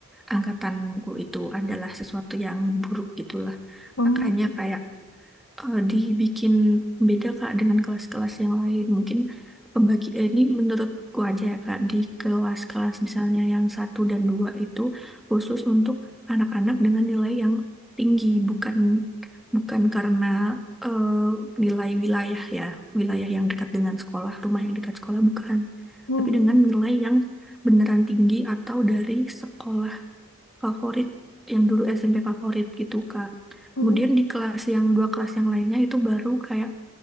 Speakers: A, in the centre; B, on the left.
A: angkatanku itu adalah sesuatu yang buruk gitulah.
B: Oh,
A: Makanya kayak eh, dibikin beda Kak dengan kelas-kelas yang lain. Mungkin pembagi eh, ini menurutku aja ya Kak, di kelas-kelas misalnya yang satu dan dua itu khusus untuk anak-anak dengan nilai yang tinggi, bukan bukan karena eh, nilai wilayah ya, wilayah yang dekat dengan sekolah, rumah yang dekat sekolah bukan,
B: oh,
A: tapi dengan nilai yang beneran tinggi atau dari sekolah favorit yang dulu SMP favorit gitu Kak.
B: oh.
A: Kemudian di kelas yang dua kelas yang lainnya itu baru kayak